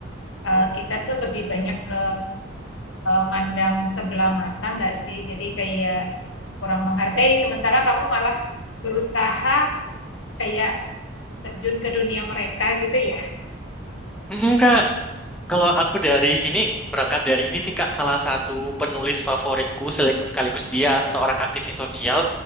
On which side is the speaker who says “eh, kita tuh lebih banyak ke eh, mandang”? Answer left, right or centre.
Left